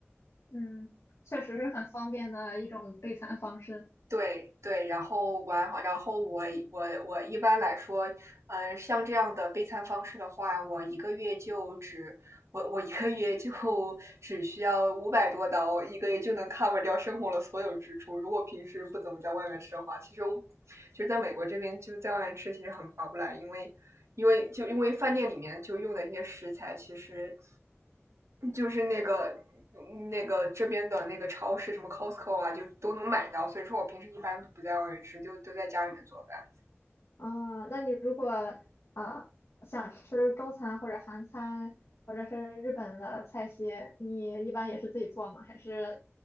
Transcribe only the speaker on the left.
嗯，确实是很方便的一种备餐方式。
啊，那你如果啊想吃中餐或者韩餐或者是日本的菜系，你一般也是自己做吗？还是